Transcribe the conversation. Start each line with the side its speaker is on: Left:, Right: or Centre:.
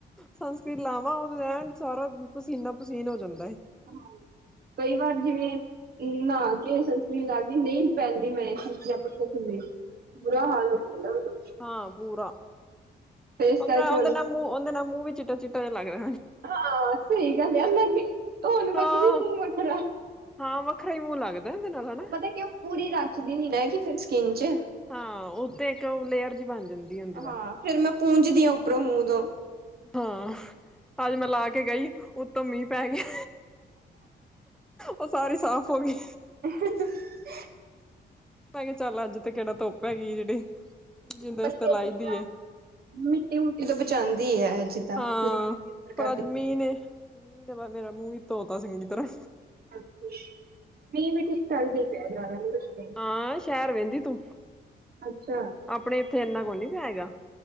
Centre: ਸੰਸਕ੍ਰਿਨ ਲਾਵਾਂ ਉਹ ਰਹਿਣ ਸਾਰਾ ਪਸੀਨੋ ਪਸੀਨ ਹੋ ਜਾਂਦਾ ਹੈ।
Right: ਹਾਂ ਕਈ ਵਾਰ ਜਿਵੇਂ ਨਾ ਕੇ ਸਨ ਸਕਰੀਨ ਲਾ ਕੇ ਨਹੀਂ ਬਹਿੰਦੀ ਮੈਂ <unintelligible> ਪੱਖੇ ਥੱਲੇ
Centre: ਹੂੰ।
Right: ਬੁਰਾ ਹਾਲ ਹੋ ਜਾਂਦਾ ਹੁਣ ਤਾਂ
Centre: ਹਾਂ ਪੂਰਾ
Right: ਤੇ ਇਸ
Centre: ਉਹਦੇ
Right: ਕਰਕੇ
Centre: ਨਾਲ ਉਹਦੇ ਨਾਲ ਮੂੰਹ ਉਹਦੇ ਨਾਲ ਮੂੰਹ ਵੀ ਚਿੱਟਾ -ਚਿੱਟਾ ਜਾ ਲੱਗਦਾ।
Right: ਹਾਂ ਸਹੀ ਗੱਲ ਆ ਮੈਂ ਧੋਣ ਵੱਖਰੀ
Centre: ਹਾਂ।
Right: ਮੂੰਹ ਵੱਖਰਾ
Centre: ਹਾਂ ਵੱਖਰਾ ਈ ਮੂੰਹ ਲੱਗਦਾ। ਇਹਦੇ ਨਾਲ ਹਨਾ
Right: ਉਹ ਪਤਾ ਕਿ ਉਹ ਪੂਰੀ ਰਚਦੀ ਨੀ ਨਾ ਫਿਰ ਸਕਿੰਨ 'ਚ
Centre: ਹਾਂ ਉਹ ਤੇ ਇੱਕ ਲੇਅਰ ਜੀ ਬਣ ਜਾਂਦੀ ਹੁੰਦੀ।
Right: ਹਾਂ
Centre: ਬਸ
Right: ਫੇਰ ਮੈਂ ਪੂੰਜਦੀ ਆ ਉੱਪਰੋਂ ਮੂੰਹ ਦੋ
Centre: ਹਾਂ ਅੱਜ ਮੈਂ ਲਾ ਕੇ ਗਈ ਉਤੋਂ ਮੀਂਹ ਪੈ ਗਿਆ। ਉਹ ਸਾਰੀ ਸਾਫ ਹੋ ਗਈ।
Right: <inaudible>
Centre: ਮੈਂ ਕਿਹਾ ਚੱਲ ਅੱਜ ਤੇ ਕਿਹੜਾ ਧੁੱਪ ਹੈਗੀ ਜਿਹੜੀ ਜਿੰਦੇ
Right: ਪਰ
Centre: ਆਸਤੇ
Right: ਫੇਰ
Centre: ਲਾਈ
Right: ਵੀ
Centre: ਦੀ
Right: ਆ
Centre: ਐ।
Right: ਮਿੱਟੀ ਮੁਟੀ ਤੋਂ ਬਚਾਂਦੀ ਆ ਜਿੱਦਾਂ
Centre: ਹਾਂ
Right: <unintelligible> ਪ੍ਰਕਾਰ
Centre: ਪਰ ਅੱਜ ਮੀਂਹ ਨੇ ਮੀਂਹ ਤੇ ਮ ਮੇਰਾ ਮੂੰਹ ਹੀ ਧੋਤਾ ਚੰਗੀ ਤਰ੍ਹਾਂ
Right: ਅੱਛਾ ਮੀਂਹ ਵੀ ਠੀਕ ਠਾਕ ਈ ਪਿਆ ਜਿਆਦਾ ਨਹੀਂ ਕੁਛ ਪਿਆ।
Centre: ਹਾਂ ਸ਼ਹਿਰ ਵਹਿੰਦੀ ਤੂੰ
Right: ਅੱਛਾ
Centre: ਆਪਣੇ ਇੱਥੇ ਇੰਨਾ ਕੌਈ ਨੀ ਪਿਆ ਹੈਗਾ।